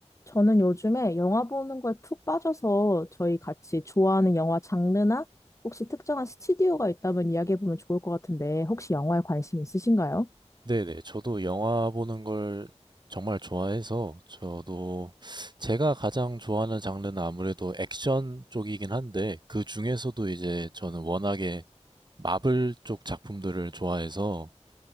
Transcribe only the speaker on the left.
저는 요즘에 영화 보는 거에 푹 빠져서 저희 같이 좋아하는 영화 장르나 혹시 특정한 스튜디오가 있다면 이야기해보면 좋을 것 같은데 혹시 영화에 관심 있으신가요?